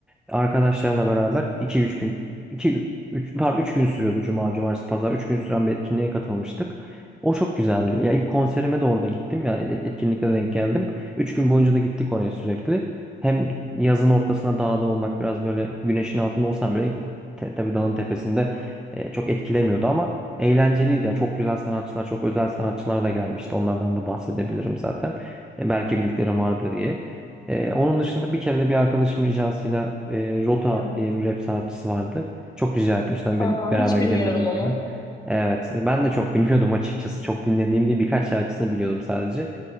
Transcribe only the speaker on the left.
evet.
Evet.
Aa,
hiç
bilmiyorum onu.